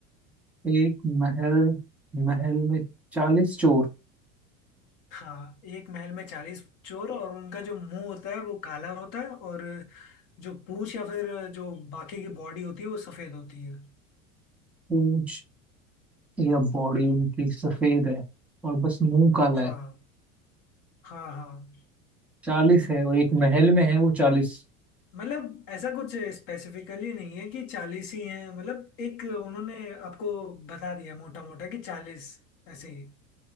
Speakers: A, in the centre; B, on the left.
A: एक महल महल में चालीस चोर
B: हाँ एक महल में चालीस चोर और उनका जो मुंह होता है वो काला होता है और जो पूंछ या फिर जो बाकी की बॉडी होती है वो सफेद होती है
A: पूंछ या बॉडी उनकी सफेद है और बस मुंह काला
B: हाँ
A: है
B: हाँ हाँ
A: चालीस है और एक महल में है वो चालीस
B: मतलब ऐसा कुछ स्पेसिफिकली नहीं है कि चालीस ही हैं मतलब एक उन्होंने आपको बता दिया मोटा मोटा कि चालीस ऐसे ही